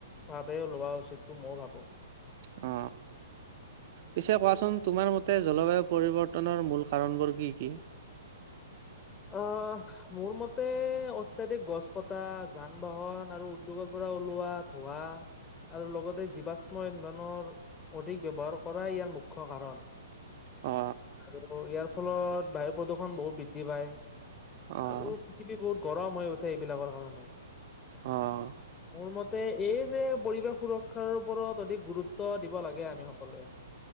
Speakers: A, on the left; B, on the right.
A: ভাৱে লোৱা উচিতটো মইো ভাবোঁ।
B: অ, পিছে কোৱাচোন তোমাৰ মতে জলবায়ু পৰিৱৰ্তনৰ মূল কাৰণবোৰ কি কি?
A: অ, মোৰ মতে অত্যাধিক গছ কটা, যান বাহন আৰু উদ্যোগৰ পৰা ওলোৱা ধোঁৱা। আৰু লগতে জীৱশ্ম ইন্ধনৰ অধিক ব্যৱহাৰ কৰাই ইয়াৰ মুখ্য কাৰণ।
B: অ,
A: আৰু ইয়াৰ ফলত বায়ু প্ৰদূষণ বহুত বৃদ্ধি পায়।
B: অ'
A: আৰু, পৃথিৱী বহুত গৰম হৈ উঠে এইবিলাকৰ কাৰণে
B: অ',
A: মোৰ মতে, এই যে পৰিৱেশ সুৰক্ষাৰ ওপৰত অধিক গুৰুত্ব দিব লাগে আমি সকলোৱে